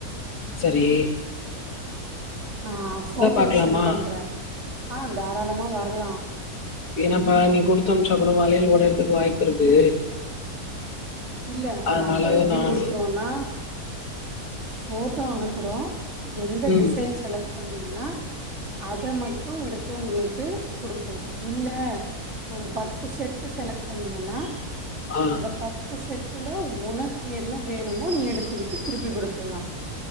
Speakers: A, on the left; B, on the right.
A: செரி
B: நா ஃபோட்டோ
A: பாக்கலாமா
B: சென்ட் பண்றே ஆ தாராளமா வரலா
A: வேணாம்ப்பா நீ குடுத்து அனுப்புச்சா கூட வளையல் ஒடயறதுக்கு கூட வாய்ப்பு இருக்கு
B: இல்ல
A: அதனால
B: நம்ப எப்டி
A: நானு
B: குடுக்குறோனா போஃட்டோ அனுப்புறோ எந்த
A: ம்
B: டிசைன் செலக்ட் பண்ணீங்ன்னா அத மட்டு எடுத்து உங்களுக்கு குடுப்போ இல்ல ஒரு பத்து செட்டு செலக்ட் பண்ணீங்கன்னா
A: ஆ
B: அந்த பத்து செட்டுல உனக்கு என்ன வேணுமோ நீ எடுத்துக்கிட்டு திருப்பி குடுத்துரலா